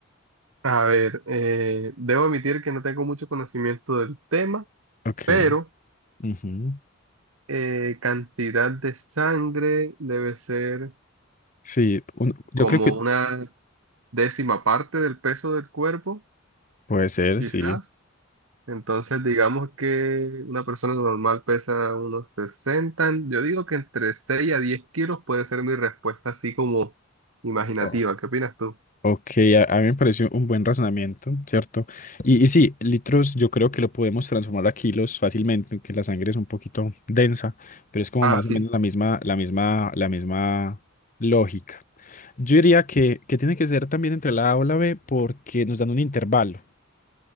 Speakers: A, on the right; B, on the left.
A: A ver, eh, debo admitir que no tengo mucho conocimiento del tema,
B: Ok.
A: pero
B: Ujú.
A: eh, cantidad de sangre debe ser
B: Sí, un- yo
A: como
B: creo que
A: una décima parte del peso del cuerpo,
B: puede ser,
A: quizás.
B: sí.
A: Entonces, digamos que una persona normal pesa unos sesenta yo digo que entre 6 a 10 kilos puede ser mi respuesta así como imaginativa.
B: O-
A: ¿Qué opinas tú?
B: Ok, a, a mí me pareció un buen razonamiento, ¿cierto? Y, y sí, litros yo creo que lo podemos transformar a kilos fácilmente, aunque la sangre es un poquito densa, pero es como
A: Ah,
B: más
A: sí.
B: o menos la misma, la misma, la misma lógica. Yo diría que, que tiene que ser también entre la A o la B porque nos dan un intervalo.